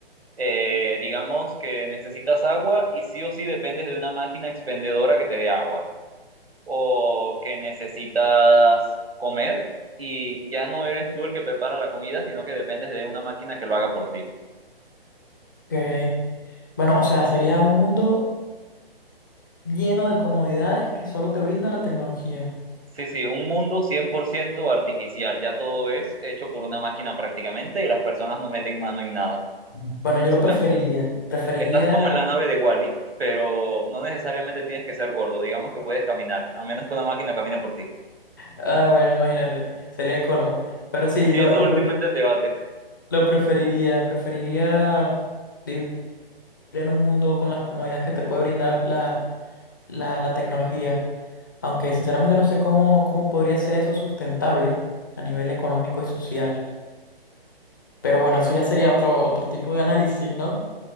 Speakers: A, on the right; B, on the left.
A: eh, digamos que necesitas agua y sí o sí dependes de una máquina expendedora que te dé agua, o que necesitas comer y ya no eres tú el que prepara la comida, sino que dependes de una máquina que lo haga por ti.
B: Que, bueno, o sea, sería un mundo lleno de comodidades que solo te brinda la tecnología.
A: Sí, sí, un mundo 100% artificial, ya todo es hecho por una máquina prácticamente y las personas no meten mano en nada. O
B: Bueno, yo lo preferiría.
A: sea,
B: Preferiría,
A: estás como en la nave de Wally, pero no necesariamente tienes que ser gordo, digamos que puedes caminar, a menos que una máquina camine por ti.
B: ah, bueno, imagínate, sería el colmo. Pero sí,
A: Sí,
B: lo,
A: esto
B: lo,
A: últimamente
B: pref-
A: en debate.
B: lo preferiría. Preferiría vivir en un mundo con las comodidades que te puede brindar la la, la tecnología, aunque sinceramente no sé cómo, cómo podría ser eso sustentable a nivel económico y social. Pero bueno, eso ya sería otro, otro tipo de análisis, ¿no?